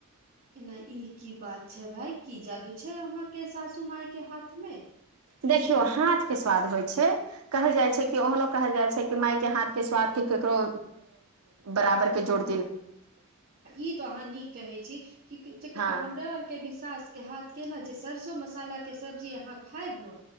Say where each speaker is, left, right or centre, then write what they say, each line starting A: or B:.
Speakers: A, on the right (about 45°); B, on the right (about 75°).
A: एना ई की बात छै भाय कि जादू छै अहा के सासू माय के हाथ मे
B: देखियौ हाथ के स्वाद होइ छै कहल जाइ छै कि ओहनो कहल जाइ छै कि माय केँ हाथ केँ स्वाद के ककरो बराबर के जोड़
A: ई तो अहाँ नीक कहै छी
B: हँ
A: हमरा आरके भी सास के हाथ के ने जे सरसो मसाला के सब्जी अहाँ खायब ने